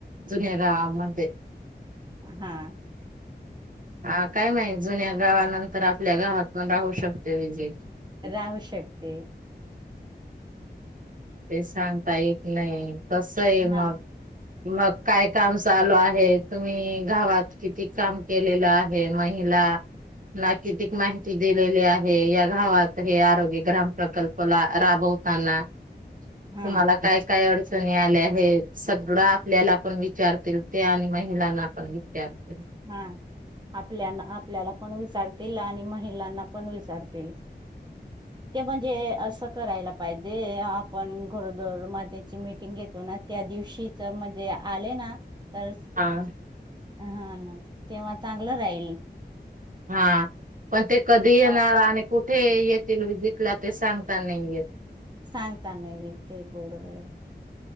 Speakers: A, on the right (about 50°); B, on the right (about 25°).
A: जुन्या गावामध्ये,
B: हा!
A: हा काय माहित जुन्या गावानंतर आपल्या गावात पण राहू शकते विजिट.
B: राहू शकते.
A: ते सांगता येत नाही, कसं आहे मग
B: हा
A: मग काय काम चालू आहे, तुम्ही गावात किती काम केलेलं आहे, महिला ना कितिक माहिती दिलेली आहे या गावात हे आरोग्य ग्राम प्रकल्पला राबव ताना
B: हा
A: तुम्हाला काय काय अडच चणी आल्या आहेत, सगळं आपल्याला पण विचारतील ते आणि महिलांना पण विचारतील.
B: हा आपल्याना आपल्याला पण विचारतील आणि महिलांना पण विचारतील. ते म्हणजे, असं करायला पाहिजे आपण गरोदर मातेची मीटिंग घेतो ना त्या दिवशीच म्हणजे आले ना! तर
A: हा!
B: हा ना तेव्हा चांगलं राहील.
A: हा पण ते, कधी येणार
B: का-
A: आणि कुठे येतील विजिट ला, ते सांगता नाही येत.
B: सांगता नाही ते <unintelligible>